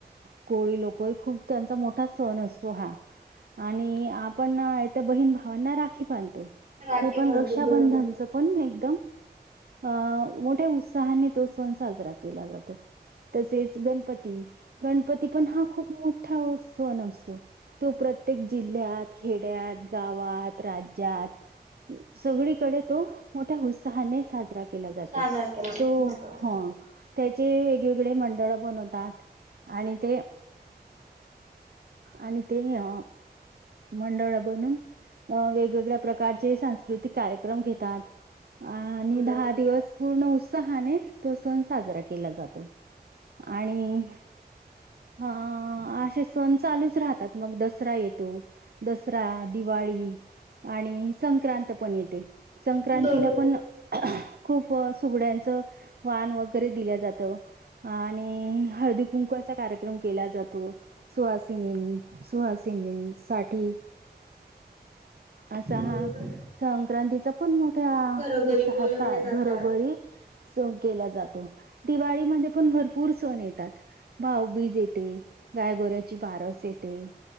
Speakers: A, on the right; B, on the right.
A: कोळी लोकं. खूप त्यांचा मोठा सण असतो हा. आणि आपण हिथ, बहीण भावांना राखी बांध तो.
B: राखी
A: हे पण
B: बांधून
A: रक्षाबंधनच
B: बरोबर
A: पण, एकदम अ मोठे उत्स सहाने तो सण साजरा केला जातो. तसेच गणपती गणपती पण हा खूप मोठा सण असतो. तो प्रत्येक
B: बरोबर
A: जिल्ह्यात खेड्यात, गावात, राज्यात सगळीकडे तो मोठ्या उत्साहाने साजरा केला जातो.
B: साजरा केला
A: तो
B: बरोबर
A: हा. त्याचे वेगवेगळे मंडळ बनवतात आणि ते आणि ते अ मंडळ बनून अ वेगवेगळ्या प्रकारचे सांस्कृतिक कार्यक्रम घेतात. आणि
B: बरोबर
A: दहा दिवस पूर्ण उत्साहाने तो सण साजरा केला जातो. आणि हां. असे सण चालूच राहतात, मग दसरा येतो. दसरा, दिवाळी आणि संक्रांत पण येते. संक्रांतीला
B: बरोबर
A: पण खूप सुगड्यांचं वान वगैरे दिल्या जातं आणि हळदी कुंकाच असा कार्यक्रम केला जातो. सुहासिनी, सुहासिनीन साठी असा हा
B: बरोबर
A: संक्रांतीचा, पण मोठ्या
B: घरोघरी
A: उत्साहचा
B: बोलवले जातात.
A: घरोघरी सण केला जातो, दिवाळीमध्ये पण भरपूर सण येतात. भावबीज येते. गायगुऱ्या ती बारस येते